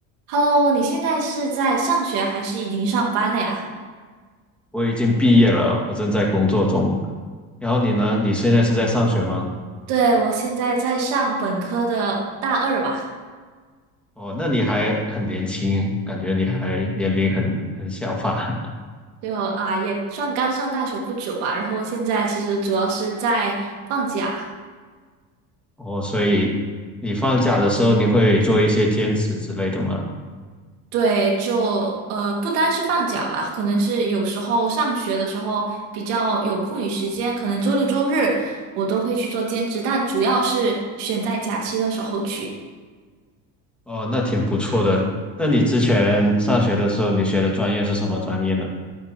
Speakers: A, on the right; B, in the centre.
A: Hello，你现在是在上学还是已经上班了呀？
B: 我已经毕业了，我正在工作中。然后你呢？你现在是在上学吗？
A: 对，我现在在上本科的大二吧，
B: 哦，那你还很年轻，感觉你还年龄很很小吧？<laughs>
A: 就啊也算刚上大学不久吧。然后现在其实主要是在放假，
B: 哦，所以你放假的时候你会做一些兼职之类的吗？
A: 对，就呃不单是放假吧，可能是有时候上学的时候比较有空余时间，可能周六周日我都会去做兼职，但主要是选在假期的时候去。
B: 哦，那挺不错的。那你之前上学的时候，你学的专业是什么专业呢？